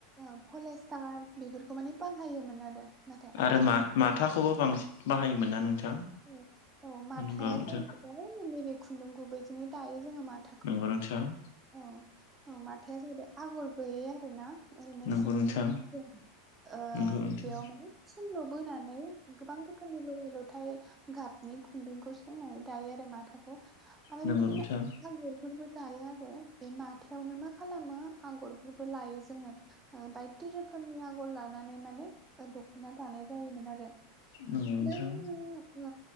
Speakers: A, on the right; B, on the left.
A: ओ फलेस्टार बेफोरखौ माने बाहायोमोन आरो नाथाय आथिखाल
B: आरो मा माथाखौबो बांसिन बाहायोमोन ना नोंथां?
A: औ औ माथाया
B: नंगौ नोंथां
A: जाहैबाय नैबे खुन्दुं गुबैजोंनो दायो जोङो माथ
B: नंगौ नोंथां।
A: औ औ माथाया जाहैबाय आगर गैयै आरोना ओरैनो
B: नंगौ
A: सिम्पोल
B: नोंथां
A: <unintelligible> दं। ओ
B: नंगौ नोंथां
A: बेयाव माने सिनल' बोनानै गोबां रोखोमनि लगाय लथाय गाबनि खुन्दुंखौ सोंनानै दायो आरो माथाखौ <unintelligible>
B: नंगौ
A: बिदिनो
B: नोंथां
A: आगरफोरबो दायो आरो बे माथायावनो मा खालामो आगरफोरबो लायो जोङो बायदि रोखोमनि आगर लानानै माने दख'ना दानाय जायोमोन आरो
B: नंगौ नोंथां
A: दा जो